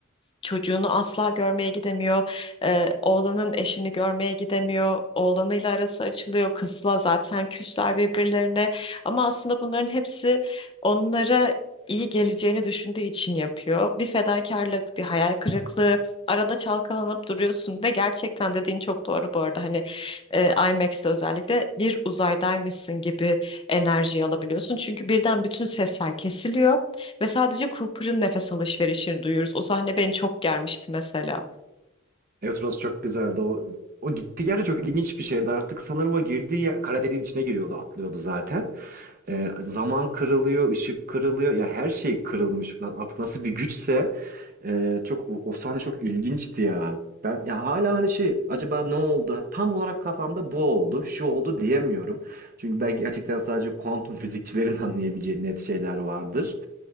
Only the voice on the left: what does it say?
çocuğunu asla görmeye gidemiyor. Ee, oğlanın eşini görmeye gidemiyor. Oğlanıyla arası açılıyor. Kızla zaten küsler birbirlerine. Ama aslında bunların hepsi onlara iyi geleceğini düşündüğü için yapıyor. Bir fedakarlık, bir hayal kırıklığı. Arada çalkalanıp duruyorsun ve gerçekten dediğin çok doğru bu arada. Hani e, IMAX'te özellikle bir uzaydaymışsın gibi enerjiyi alabiliyorsun. Çünkü birden bütün sesler kesiliyor. Ve sadece Cooper'ın nefes alışverişini duyuyoruz. O sahne beni çok germişti mesela.